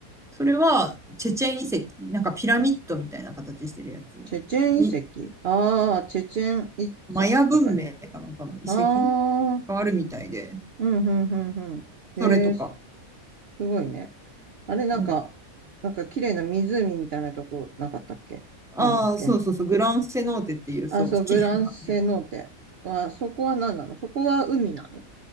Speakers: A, in the centre; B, on the right (about 50°).
A: それはチェチェン遺跡、なんかピラミッドみたいな形してるやつ。
B: チェチェン遺跡。
A: に
B: ああ、チェチェンイッツァとか。
A: マヤ文明かなんかの遺跡
B: ああ、
A: があるみたいで、
B: うん、うん、うん、うん。
A: それとか。
B: ええすごいね。あれ、なんか、
A: うん、
B: なんか綺麗な湖みたいなとこなかったっけなんだっけ
A: ああ、そうそうそう、グランセノーテっていう、そう、
B: あ、そう、
A: 綺麗な、
B: グランセノーテ。
A: め
B: あ、そこは何なのそこは海なの